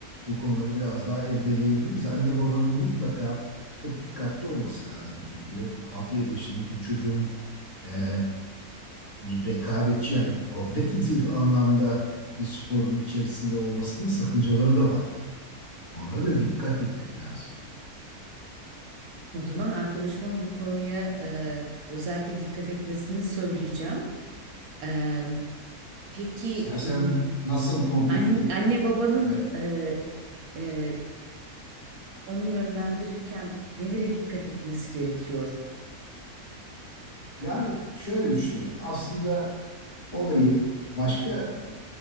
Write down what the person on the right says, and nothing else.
O zaman arkadaşıma bu konuya e, özellikle dikkat etmesini söyleyeceğim. E, peki
m,
an- anne, babanın
e, e, onu yönlendirirken nelere dikkat etmesi gerekiyor?